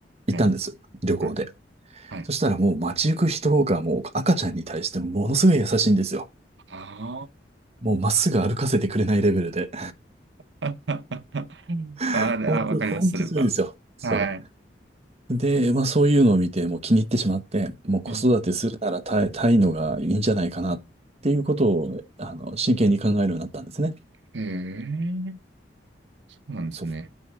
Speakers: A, on the right; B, on the right.
A: 行ったんです。
B: はい、
A: 旅行で。
B: うん、はい。
A: そしたらもう街行く人がもう赤ちゃんに対してものすごい優しいんですよ。
B: ああ。
A: もうまっすぐ歩かせてくれないレベルで。
B: <laughs> うんあーであ、
A: <laughs> 本当、
B: わかります、
A: 本当すごいんですよ。
B: それは。
A: そう。
B: はい。
A: で、まあそういうのを見て、もう気に入ってしまって、もう子育てするならタイ、
B: うんうん
A: タイのがいいんじゃないかなっていうことを、あの、真剣に考えるようになったんですね。
B: へえ、そうなんですね。
A: そ